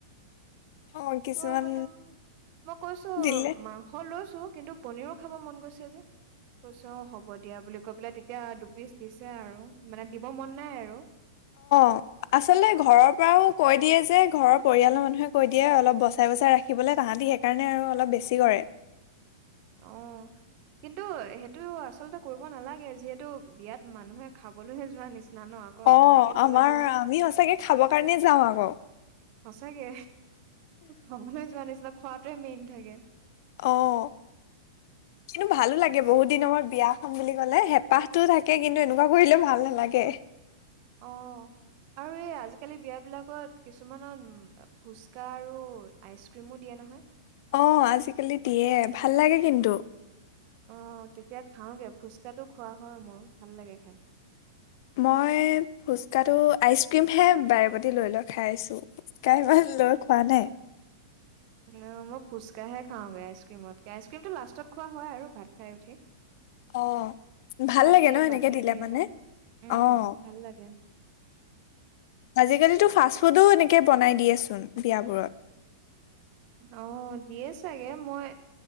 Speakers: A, on the left; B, on the right.
A: অ কিছুমান
B: মই বোলো, মই কৈছো
A: দিলে
B: মাংস লৈছো। কিন্তু পনীৰো খাব মন গৈছে যে। কৈছে অ', হ'ব দিয়া বুলি কৈ পেলাই, তেতিয়া দুপিচ দিছে আৰু মানে দিব মন নাই আৰু <inaudible>
A: অ', আচলতে ঘৰৰ পৰাও কৈ দিয়ে যে, ঘৰৰ পৰিয়ালৰ মানুহে কৈ দিয়ে, অলপ বচাই বচাই ৰাখিবলৈ তাহাতি সে সেইকাৰণে আৰু অলপ বেছি কৰে।
B: অ'। কিন্তু সেইটো আচলতে কৰিব নালাগে, যিহেতু বিয়াত মানুহে খাবলৈহে যোৱা নিচিনা ন। আকৌ
A: অ',
B: তেনেকে ক'লেতো
A: আমাৰ আমি সচাকে খাবৰ কাৰণে যাওঁ আকৌ।
B: সঁচাকে, খাবলৈ যোৱা নিচিনা, খোৱাটোৱে মেইন থাকে।
A: অ', কিন্তু ভালো লাগে, বহুত দিনৰ মূৰত বিয়া। বুলি ক'লে হেঁপাহটো থাকে কিন্তু এনেকুৱা কৰিলে ভাল নালাগে।
B: অ' আৰু এই, আজিকালি বিয়াবিলাকত কিছুমানত, ম ফুচকা আৰু আইচক্ৰীমো দিয়ে নহয়।
A: অ', আজিকালি দিয়ে, ভাল লাগে কিন্তু।
B: অ', তেতিয়া খাওঁগে, ফুচকাাতো খোৱা হয়, মোৰ ভাল লাগে খাই।
A: মই ফুচকাটো, আইচক্ৰীমহে বাৰে প্ৰতি লৈ লৈ খাই আছোঁ। কাইমান লৈ খোৱা নাই।
B: অ', মই ফুচকাহে খাওঁগে আইচক্ৰীমতকে, আইচক্ৰীমতটো লাষ্টত খোৱা হয় আৰু ভাত খাই উঠি। <unintelligible>
A: অ', ভাল
B: বাতি
A: লাগে ন, সেনেকে
B: বাতি
A: দিলে
B: দিয়ে
A: মানে
B: ন উম
A: অ'।
B: ভাল লাগে
A: আজিকালিতো, ফাষ্ট ফুডো এনেকে বনাই দিয়েচোন বিয়াবোৰত।
B: অ', দিয়ে চাগে, মই